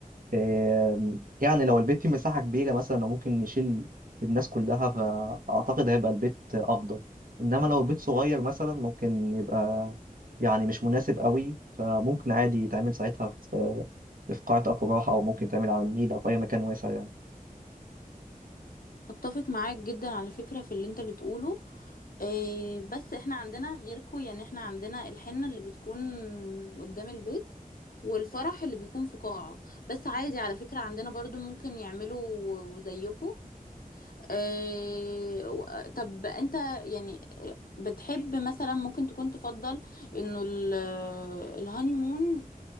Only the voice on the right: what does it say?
آم، يعني لو البيت فيه مساحة كبيرة مثلا أو ممكن يشيل الناس كلها فأعتقد هيبقى البيت أفضل إنما لو البيت صغير مثلا ممكن يبقى يعني مش مناسب قوي فممكن عادي يتعمل ساعتها في في قاعة أفراح أو ممكن يتعمل على النيل أو في أي مكان واسع يعني